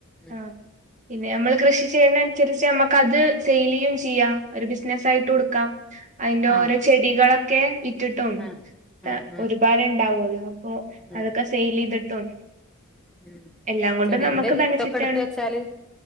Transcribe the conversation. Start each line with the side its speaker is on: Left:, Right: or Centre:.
Centre: ഉം
Right: ആഹ് പിന്നെയമ്മള് കൃഷി ചെയ്യുന്ന അനുസരിച്ചമ്മക്കത് സെയില് ചെയ്യും ചെയ്യാം ഒരു ബിസിനസായിട്ടുടുക്കാം അയിന്റോരോ
Centre: ആഹ്
Right: ചെടികളെക്കെ വിറ്റിട്ടും
Centre: ആഹ് ഉം ഉം
Right: ഒരുപാടിണ്ടാവോല്ലോ
Centre: ഉം
Right: അതൊക്കെ സെയില് ചെയ്തിട്ടും
Centre: ഉം
Right: എല്ലാം കൊണ്ടും
Centre: ചെടീന്റെ
Right: നമുക്ക്
Centre: വിത്തൊക്കെട്ത്ത്
Right: ബെനിഫിറ്റ് ആണ്
Centre: വെച്ചാല്